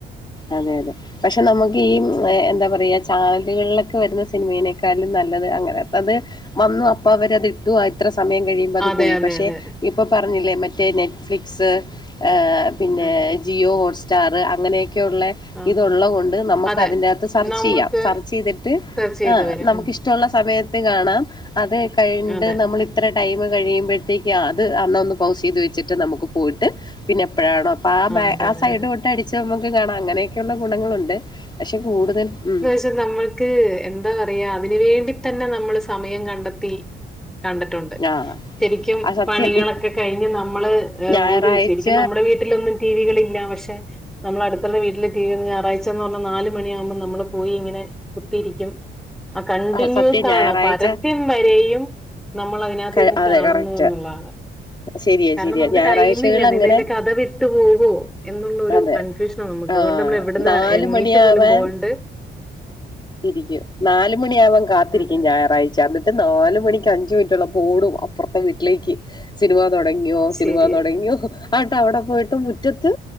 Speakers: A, on the left; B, in the centre.
A: അതെ അതെ പക്ഷെ നമുക്ക് ഈ
B: ഉം.
A: എന്താ പറയാ ചാനലുകളിലൊക്കെ വരുന്ന സിനിമേയ്നേക്കാളും നല്ലത് അങ്ങനെ അത് വന്നു അപ്പ അവരത് ടു അ ഇത്ര സമയം കഴിയുമ്പോ അത്
B: അതെ
A: പോയി
B: അതെ
A: പക്ഷേ
B: അതെ
A: ഇപ്പം പറഞ്ഞില്ലേ മറ്റേ നെറ്റ് ഫ്ലിക്സ് ഏഹ് പിന്നെ
B: ആ
A: ജിയോ ഹോട്ട്സ്റ്റാർ അങ്ങനെയൊക്കെയുള്ളെ
B: ആ
A: ഇതുള്ളഹ്
B: ആ.
A: കൊണ്ട് നമുക്ക്
B: അതെ
A: അതിന്റകത്ത് സെർച്ചയ്യാം
B: നമുക്ക്
A: സെർച്ച്യ്തിട്ട്..
B: സെർച്ച് ചെയ്ത്
A: എഹ്
B: വരാം
A: നമുക്ക്
B: ഉം.
A: ഇഷ്ടമുള്ള സമയത്ത് കാണാം അത് കഴിണ്ട്
B: അതെ
A: നമ്മൾ ത്ര ടൈം കഴിയുമ്പോഴത്തേക്കും അത് അന്ന ഒന്ന് പൗസ്യ്ത് വെച്ചിട്ട് നമുക്ക് പോയിട്ട്.. പിന്നെ എപ്പോഴാണോ അപ്പൊ ആ ബാ
B: അതെ
A: ആ
B: അതെ
A: സൈഡ്
B: അതെ
A: തൊട്ട് അടിച്ച് നമുക്ക് കാണാം അങ്ങനെ ക്കെള്ള ഗുണങ്ങളുണ്ട് പക്ഷെ കൂടുതൽ ഉം
B: ട്ട് നമ്മൾക്ക് എന്താ പറയാ അതിന് വേണ്ടി തന്നെ നമ്മൾ സമയം കണ്ടെത്തി. കണ്ടിട്ടുണ്ട്.
A: ആഹ്
B: ശരിക്കും
A: ആ സത്യം
B: പണികളൊക്കെ
A: ഇ-
B: കഴിഞ്ഞ് നമ്മള് എഹ്
A: ഞായറാഴ്ച
B: ഒരു ശരിക്കും നമ്മുടെ വീട്ടിലൊന്നും ടിവികളില്ല പക്ഷെ നമ്മൾ അടുത്തുള്ള വീട്ടില് ടി വി ഞായറാഴ്ചന്ന് പറഞ്ഞ നാല് മണിയാവുമ്പോ നമ്മള് പോയിങ്ങനെ കുത്തിയിരിക്കും ആഹ് കണ്ടിന്യൂസ്
A: ആ, സത്യം ഞായറാഴ്ച
B: ആണ് പരസ്യം വരെയും നമ്മൾ അതിനകത്ത്
A: ക-
B: ഇരുന്ന്
A: അതെ
B: കാണുന്നു
A: കറക്റ്റ്
B: ന്നുള്ളാണ്
A: ശരിയാ
B: കാരണം
A: ശരിയാ
B: നമുക്ക്
A: ഞായറാഴ്ചകൾ
B: ടൈമില്ല അതിന്
A: അങ്ങനെ
B: അയ്ന്റെ കഥ വിട്ടു പോവോ എന്നുള്ളരു
A: അതെ
B: കൺ ഫ്യുഷനാ നമുക്ക്
A: ആഹ്
B: അതുകൊണ്ട് നമ്മൾ എവിടന്ന്
A: നാല്
B: എണ്ണീറ്റ്
A: മണിയാവാൻ
B: പോലും പോവാണ്ട്
A: ഇരിക്കും നാലുമണിയാവാൻ കാത്തിരിക്കും
B: അതെ അതെ
A: ഞാ റാഴ്ച്ചാ എന്നിട്ട് നാല് മണിക്ക് അഞ്ച് മിനിറ്റുള്ളപ്പോ ഓടും അപ്പുറത്തെ വീട്ടിലേക്ക്. സിനിമ തൊടങ്ങിയോ സിനിമ
B: ശരിയാണ്
A: തൊടങ്ങിയോ. ആട്ട് അവിടെ പോയിട്ട് മുറ്റത്ത്